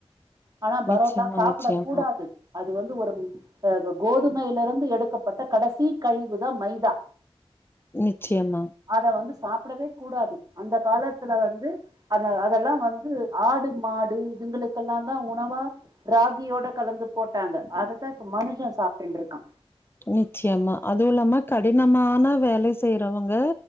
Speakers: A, on the right; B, on the left.
A: ஆனா பரோட்டா
B: நிச்சயமா,
A: சாப்ட
B: நிச்சயமா,
A: கூடாது அது வந்து ஒரு ப்ப அது கோதுமைலருந்து எடுக்கப்பட்ட கடைசி கழிவு தா மைதா
B: நிச்சயமா
A: அத வந்து சாப்டவே கூடாது அந்த காலத்துல வந்து அன்ன அதெல்லா வந்து ஆடு மாடு இதுங்களுக்கெல்லா தா உணவா ராகியோட கலந்து போட்டாங்க அததா இப்ப மனுஷே சாப்டுன்ட்ருக்கா
B: நிச்சயமா அதுவுல்லாம கடினமான வேல செய்றவங்க